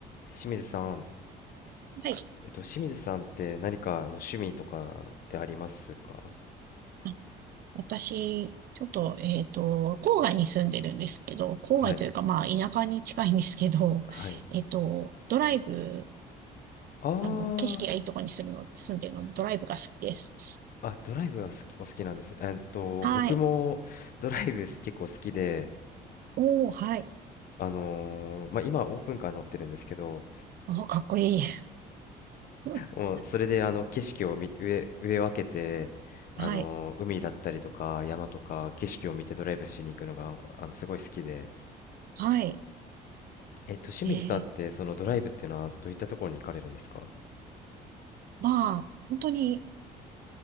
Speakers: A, on the left (about 60°); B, on the right (about 60°).
A: 清水さん、
B: はい。
A: えっと、清水さんって何かあの趣味とかってありますか
B: あ私、ちょっと、えっと、郊外に住んでるんですけど、郊外というか、
A: はい、
B: まあ、田舎に近いんですけど、
A: はい。
B: <laughs> えっと、ドライブ、
A: あー、
B: あの、景色がいいところに住むの、住んでるので、ドライブが好きです。
A: あ、ドライブは好き、お好きなんですね。えっと、
B: はい。
A: 僕もドライブ結構好きで、
B: おー、はい。
A: あのーまあ、今オープンカー乗ってるんですけど、
B: おー、かっこいい。<laughs>
A: もうそれであの景色を見て、上、上を開けて、あのー海だったりとか山とか景色を見てドライブしに行くのがあのすごい好きで、
B: はい。はい。
A: えっと、清水さんってそのドライブっていうのはどういったところに行かれるんですか
B: えー、まあ、本当に、